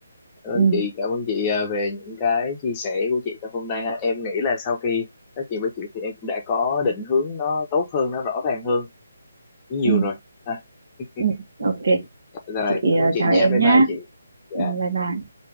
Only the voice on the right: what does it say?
ừ,
ừ,
ừ. ok
chị
ờ,
chào
em
nhá
Ừ, bye bye